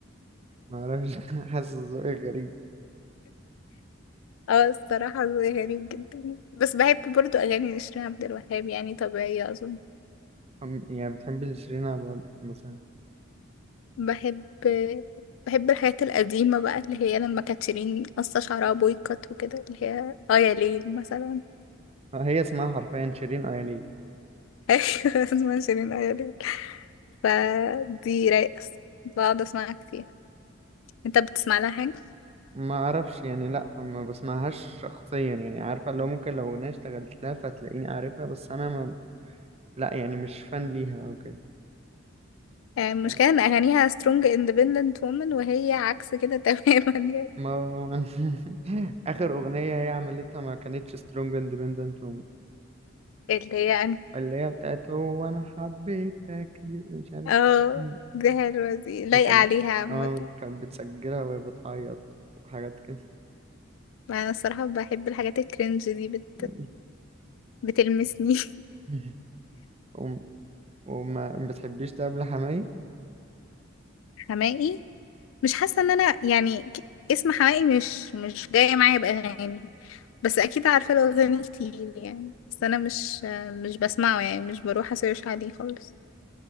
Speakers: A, on the right; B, on the left.
A: معرفش <laughs> حاسس ذوقك غريب
B: اه الصراحة ذوقي غريب جدا بس بحب برضو أغاني نسرين عبد الوهاب يعني طبيعية أظن
A: أم- يعني بتحبي لشيرين أبو عبد الوهاب مثلا
B: بحب بحب الحاجات القديمة بقى اللي هي لما كانت شيرين قصة شعرها بويكوت وكده اللي هي اه يا ليل مثلا
A: آه، هي اسمها حرفيا شيرين أياليل
B: <laughs> أيوة اسمها شيرين اه يا ليل فدي رايقة بقعد أسمعها كتير انت بتسمع لها حاجة؟
A: ما اعرفش يعني لا ما بسمعهاش شخصيا يعني عارفه اللي هو ممكن لو اغنيه اشتغلت لها فتلاقيني عارفها بس انا ما لا يعني مش فان ليها او كده
B: آه، المشكلة
A: يعني
B: ان أغانيها strong independent woman وهي عكس كده <laughs> تماما يعني
A: ما <laughs> اخر اغنيه هي عملتها ما كانتش سترونج اندبندنت
B: اللي هي أنا
A: اللي هي بتاعت هو انا حبيتك دي مش عارف
B: اه
A: مم.
B: دي حلوة دي لايقة
A: كان
B: عليها عامة
A: اه كانت بتسجلها وهي بتعيط وحاجات كده
B: ما انا الصراحه بحب الحاجات الكرنج دي بت...
A: مم.
B: بتلمسني
A: <laughs> وم- وما بتحبيش تقابل حماي
B: <laughs> حماقي مش حاسه ان انا يعني ك- اسم حماقي مش مش جاي معايا باغاني بس اكيد عارفه له اغاني كتير يعني بس انا مش مش بسمعه يعني مش بروح اسيرش عليه خالص